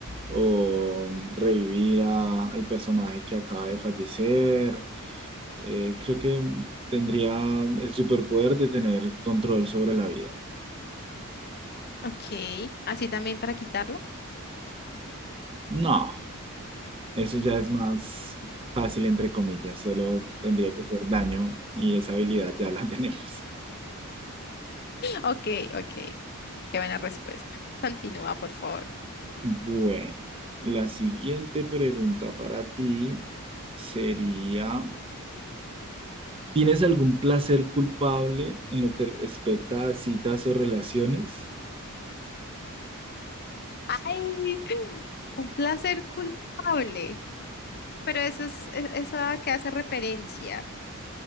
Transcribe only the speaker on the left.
Ok. Así también para quitarlo.
Ok, ok. Qué buena respuesta. Continúa, por favor.
Ay, un placer culpable. Pero eso es, e- eso a qué hace referencia.